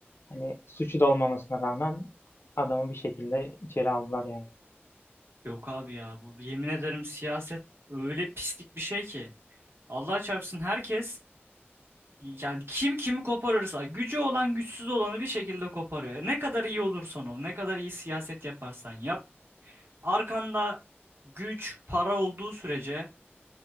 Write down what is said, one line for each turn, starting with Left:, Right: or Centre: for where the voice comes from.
Left: Hani suçu da olmamasına rağmen adamı bir şekilde içeri aldılar yani.
Right: Yok abi ya bu yemin ederim siyaset öyle pislik bir şey ki. Allah çarpsın herkes yani kim kimi koparırsa gücü olan güçsüz olanı bir şekilde koparıyor. Ne kadar iyi olursan ol, ne kadar iyi siyaset yaparsan yap. Arkanda güç, para olduğu sürece